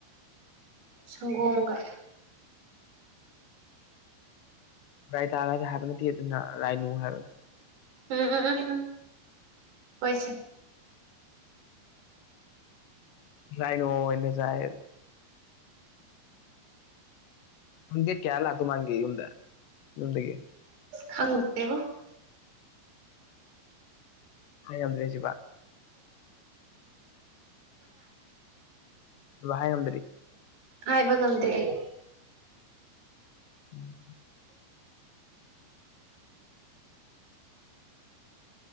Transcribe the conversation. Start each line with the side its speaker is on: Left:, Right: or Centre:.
Right: ꯁꯪꯒꯣꯝꯒ
Left: ꯇꯥꯏꯇ ꯍꯥꯏꯕ ꯅꯠꯇꯤ ꯑꯗꯨꯅ ꯔꯥꯏꯅꯣ ꯍꯥꯏꯕꯅꯦ
Right: ꯎꯝ ꯎꯝ ꯎꯝ ꯍꯣꯏꯁꯦ
Left: ꯌꯥꯥꯏꯅ ꯑꯣꯏꯅ ꯖꯥꯏꯌꯦꯕ ꯑꯗꯨ ꯗꯦꯠ ꯀꯌꯥꯗ ꯂꯥꯛꯇꯧ ꯃꯥꯟꯒꯦ ꯌꯨꯝꯗ ꯌꯨꯝꯗꯒꯤ
Right: ꯈꯪꯗꯦꯕꯣ
Left: ꯍꯥꯏ ꯉꯝꯗ꯭ꯔꯦ ꯁꯤꯕ ꯍꯥꯏꯉꯝꯗ꯭ꯔꯤ
Right: ꯍꯥꯏꯕ ꯉꯥꯡꯗꯦ ꯑꯩ
Left: ꯎꯝ